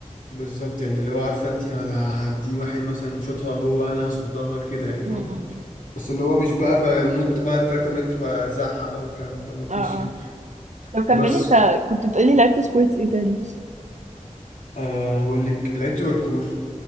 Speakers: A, on the left; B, on the right.
A: بالظبط يعني اللي هو عارفه انت هدي واحد مثلا يشوطها هو انا هصدها كده يعني فاهمه
B: م- م- م.
A: بس اللي هو مش بقى بنط بقى 3 متر وارزعها بقى والكلام ده ما فيش
B: اه اه
A: يعني
B: طب كملي
A: بس
B: انت كنت بتقولي لعبت سبورتس ايه تاني بس
A: أه، انا بقول لك لعبت باركور